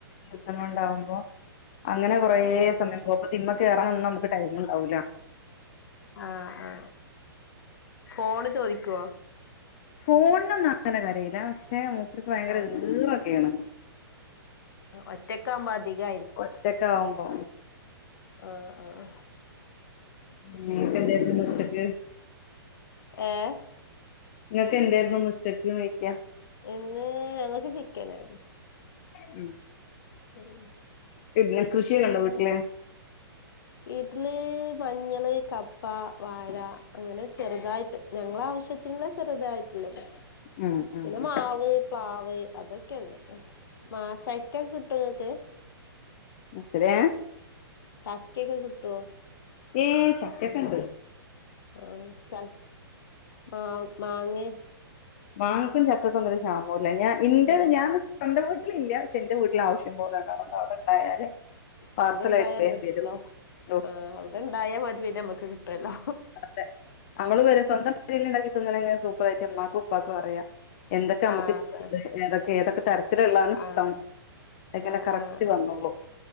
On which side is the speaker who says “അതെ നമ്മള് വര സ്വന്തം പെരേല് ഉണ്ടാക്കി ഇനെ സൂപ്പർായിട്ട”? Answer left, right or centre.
Left